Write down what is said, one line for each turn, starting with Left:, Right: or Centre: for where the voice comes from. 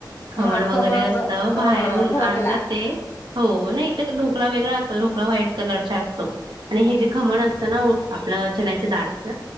Right: खमण
Left: हा
Right: वगैरे
Left: खमंग
Right: असत. बाहेरून
Left: हा ढोकला
Right: आणतात ते हो नाही इथ ढोकळा वेगळा असतो. ढोकळा व्हाईट कलरच्या असतो आणि हे जे खमण असत ना आपलं चन्याच्या डाळीच